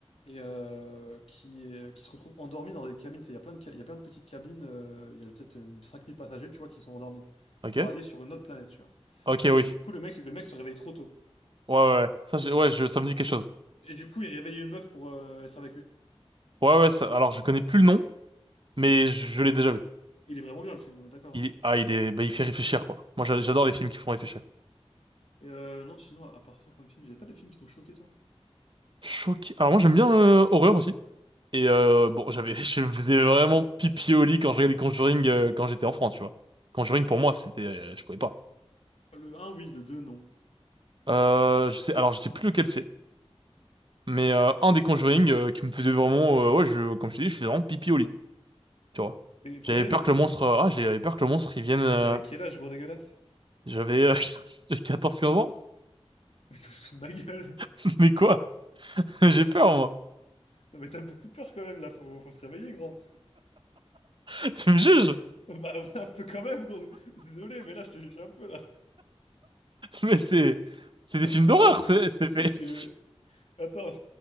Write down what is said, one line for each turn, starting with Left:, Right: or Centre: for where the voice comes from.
Left: et euh, qui, est- qui se retrouvent endormis dans des cabines. C'est- Il y a plein de, ca- il y a plein de petites cabines, euh, il y a peut-être euh, 5000 passagers, tu vois, qui sont endormis
Right: ok.
Left: pour aller sur une autre planète, tu vois.
Right: Ok, oui.
Left: Et du coup, le mec, le mec se réveille trop tôt.
Right: Ouais, ouais, ouais. ça, j'ai- ouais, je,
Left: tu vois.
Right: ça me dit quelque chose.
Left: Et du coup, il réveille une meuf pour euh, être avec lui.
Right: Ouais, ouais, ça- alors, je connais plus le nom, mais je, je l'ai déjà vu.
Left: Il est vraiment bien, le film, on est d'accord.
Right: Il,
Left: hein.
Right: ah, il est, bah, il fait réfléchir, quoi. Moi, j'a- j'adore les films qui font réfléchir.
Left: Et euh, non, sinon, à part ça, comme film, il n'y a pas des films qui t'ont choqué, toi?
Right: Choqué. Alors, moi, j'aime bien euh, horreur aussi. Et euh, bon, j'avais, <laughs> je me faisais vraiment pipi au lit quand je regardais Conjuring euh, quand j'étais enfant, tu vois. Conjuring pour moi, c'était, euh, je pouvais pas.
Left: Le un oui, le deux non.
Right: Euh, je sais, alors je sais plus lequel c'est, mais euh, un des Conjuring euh, qui me faisait vraiment, euh, ouais, je, comme je te dis, je faisais vraiment pipi au lit, tu vois.
Left: Mais le premier
Right: J'avais
Left: degré?
Right: peur que le monstre, euh, ah, j'avais peur que le monstre il vienne. euh,
Left: Mais t'avais quel âge, gros dégueulasse?
Right: j'avais, euh, <laughs> j'ai 14-15 ans,
Left: <laughs> Mais t'as foutu de ma gueule!
Right: <laughs> mais quoi? J'ai peur moi.
Left: Non, mais t'as beaucoup peur quand même, là, faut, faut se réveiller, grand.
Right: <laughs> Tu me juges?
Left: <laughs> Bah, un peu quand même, gros. Désolé, mais là, je te juge un peu, là.
Right: Mais c'est,
Left: <laughs>
Right: c'est
Left: Attends,
Right: des films
Left: mais c'est
Right: d'horreur,
Left: marrant, mais
Right: c'est, c'est
Left: tu
Right: fait,
Left: sais que.
Right: <laughs> c'est
Left: Attends,